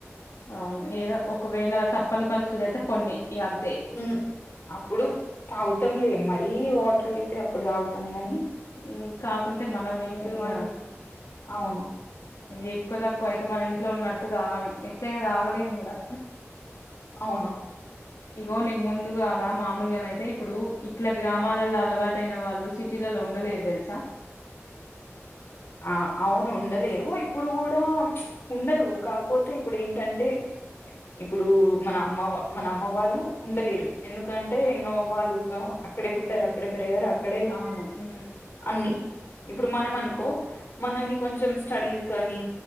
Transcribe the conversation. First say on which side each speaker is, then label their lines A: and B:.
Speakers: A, on the left (about 80°); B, on the left (about 50°).
A: అవును ఏదో ఒకవేళ తప్పని పరిస్తితిలో అయితే కొన్ని ఇగ అంతే
B: ఉ అప్పుడు తాగుతాంలే మరీ వాటర్ అయితే అప్పుడు తాగుతాం కాని
A: మ్ కాకుంటే మనమే ఇక
B: అని అవును
A: ఎక్కువ తక్కువ అయితే మన ఇంట్లో ఉన్నట్టు తాగాలేం ఎట్లయినా తాగలేము కూడా
B: అవును
A: ఇగో నీకు ముందుగు అలా మామూలుగాన అయితే ఇప్పుడు ఇట్ల గ్రామాలలో అలవాటయిన వాళ్ళు సిటీలలో ఉండలేరు తెలుసా
B: అ అవును ఉండలేరు ఇప్పుడు కూడ ఉండరు కాకపోతే ఇప్పుడు ఏంటంటే ఇప్పుడు మన అమ్మ వా మన అమ్మ వాళ్ళు ఉండలేరు ఎందుకంటే ఇంకా వాళ్ళు అక్కడే పుట్టారు అక్కడే పెరిగారు అక్కడే
A: అవును ఉమ్
B: అన్ని ఇప్పుడు మనం
A: ఉమ్,
B: అనుకో మనల్ని కొంచెం స్టడీస్ కానీ